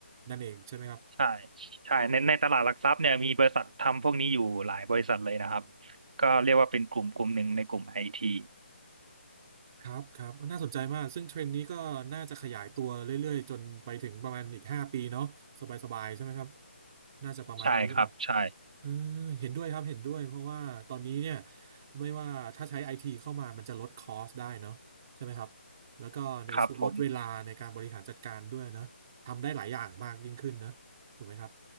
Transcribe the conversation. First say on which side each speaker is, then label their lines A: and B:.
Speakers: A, on the right; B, on the right.
A: นั่นเองใช่ไหมครับ
B: ใช่ใช่ในในตลาดหลักทรัพย์เนี่ยมีบริษัททำพวกนี้อยู่หลายบริษัทเลยนะครับก็เรียกว่าเป็นกลุ่มกลุ่มหนึ่งในกลุ่มไอที
A: ครับครับน่าสนใจมากซึ่งเทรนด์นี้ก็น่าจะขยายตัวเรื่อยๆจนไปถึงประมาณอีกห้าปีเนาะสบายๆใช่ไหมครับน่าจะประมาณนั้นหรือเปล่า
B: ใช่ครับใช่
A: เออเห็นด้วยครับเห็นด้วยเพราะว่าตอนนี้เนี่ยไม่ว่าถ้าใช้ไอทีเข้ามามันจะลดคอสได้เนาะใช่ไหมครับแล้วก็ในส่วนลดเวลาในการบริหารจัดการด้วยเนาะทำได้หลายอย่างมากยิ่งขึ้นนะถูกไหมครับ
B: ครับผม